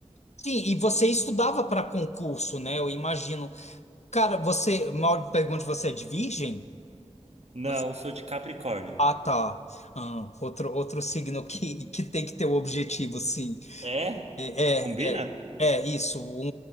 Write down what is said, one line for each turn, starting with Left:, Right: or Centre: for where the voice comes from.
Left: sim, e você estudava para concurso, né? Eu imagino. Cara, você, mal pergunte, você é de virgem?
Right: Não,
Left: Você-
Right: eu sou de Capricórnio.
Left: Ah, tá. Ah, outro, outro signo que, que tem que ter o objetivo, sim.
Right: É?
Left: É,
Right: Combina?
Left: é, é isso. O,